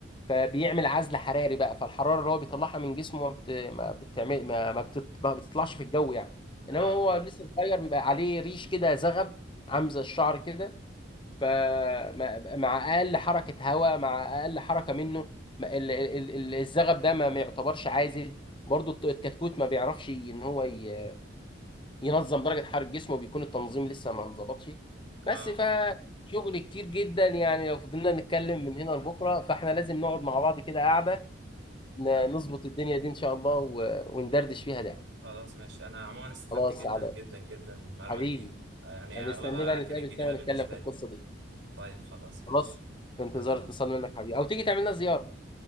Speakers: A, on the left; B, on the right.
A: فبيعمل عزل حراري بقى فالحرارة اللي هو بيطلعها من جسمه ما بت... ما بتعمل ما ما, بتط... ما بتطلعش في الجو يعني
B: اه
A: إنما هو لسه صغير بيبقى عليه ريش كده زغب عامل زي الشعر كده فمع اقل حركه هواء مع اقل حركه منه ما- ال- ال- ال- الزغب ده ما ما يعتبرش عازل برضو الت- الكتكوت ما بيعرفش ان هو ي- ينظم درجه حراره جسمه بيكون التنظيم لسه ما انظبطش بس
B: اه
A: فشغل كتير جدا يعني لو فضلنا نتكلم من هنا لبكره فاحنا لازم نقعد مع بعض كده قاعده ن- نظبط الدنيا دي ان شاء الله و- وندردش فيها ده
B: اه خلاص ماشي انا عموما استفدت
A: خلاص
B: جدا
A: على
B: جدا جدا من المعلومات
A: حبيبي
B: دي آه، يعني
A: انا
B: اغلبها
A: مستني بقى نتقابل
B: كانت جديدة
A: سوا ونتكلم
B: بالنسبة
A: في القصه
B: لي
A: دي
B: طيب خلاص ماشي
A: خلاص في انتظار
B: زي الفل
A: اتصال منك حبيبي او تيجي تعمل لنا زياره